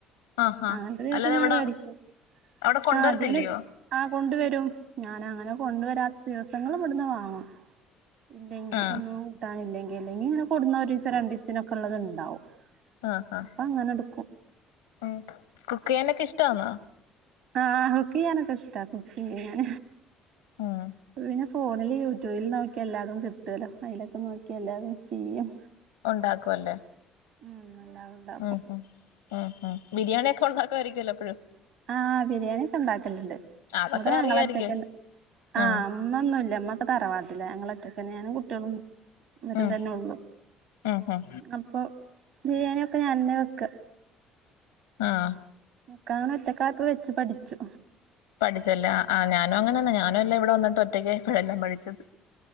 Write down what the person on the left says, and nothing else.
ആഹ് ആഹ്
അല്ലാതെ
ഇവിടെ
അവിടെ കൊണ്ടുവരത്തില്ലയോ
ആഹ്
ആഹ് ആഹ്
ഉം കുക്ക് ചെയ്യാനൊക്കെ ഇഷ്ടാന്നോ
ഉം
ഉണ്ടാക്കും അല്ലേ
ഉം ഉം ഉം ഉം ബിരിയാണി ഒക്കെ ഉണ്ടാക്കായിരിക്കുവല്ലോ എപ്പഴും
അതൊക്കെ
അറിയായിരിക്കും
ആഹ്
ഉം
ഉം ഉം
ആഹ്
പഠിച്ചലാ ആ ഞാനും അങ്ങനെന്നെ ഞാനും എല്ലാം ഇവിടെ വന്നിട്ട് ഒറ്റയ്ക്ക് ഇപ്പഴെല്ലാം പഠിച്ചത്